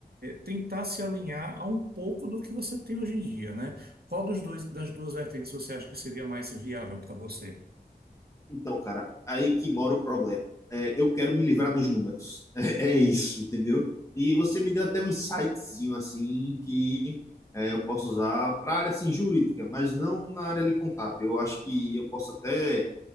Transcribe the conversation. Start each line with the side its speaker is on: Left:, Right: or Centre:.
Right: tentar se alinhar a um pouco do que você tem hoje em dia, né? Qual dos dois, das
Left: Sim.
Right: duas vertentes você acha que seria mais viável para você?
Left: Então, cara, aí que mora o problema. É, eu quero me livrar dos números. <laughs> É, é isso, entendeu? E você me deu até um insightzinho assim que é, eu posso usar para área assim jurídica, mas não na área ali contábil. Eu acho que eu posso até